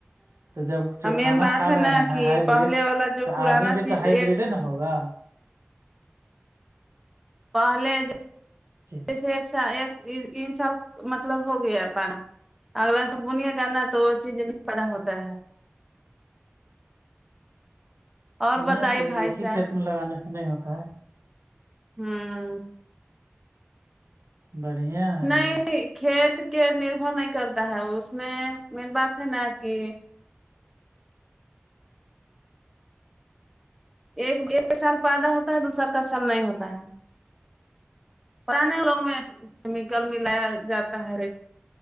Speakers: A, on the right; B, in the centre.
A: تو جب
B: ہاں
A: جو
B: مین
A: کھانا
B: بات
A: کھا
B: ہے
A: رہے
B: نا کہ
A: ہیں ہائیبریڈ
B: پہلے والا جو
A: تو
B: پرانا
A: آدمی بھی
B: چیز
A: تو ہائیبریڈ
B: ایک
A: نا ہوگا
B: پہلے جو <inaudible>
A: <inaudible>
B: جیسے ایک سال ایک ان سال مطلب ہو گیا بڑا اگلا سا بنیا گ نا تو چیز میں پڑا ہوتا ہے اور
A: نہیں
B: بتائیے
A: تو
B: بھائی
A: ایک
B: صاحب
A: ہی کھیت میں لگانے سے نہیں ہوتا ہے
B: ہاں <inaudible>
A: بڑھیا ہے
B: نہیں کھیت کے نربھر نہیں کرتا ہے اس میں مین بات ہے نا کہ ایک ایک سال پیدا ہوتا ہے دو سال کا سال نہیں ہوتا ہے پرانے لوگ میں کیمیکل ملایا جاتا ہے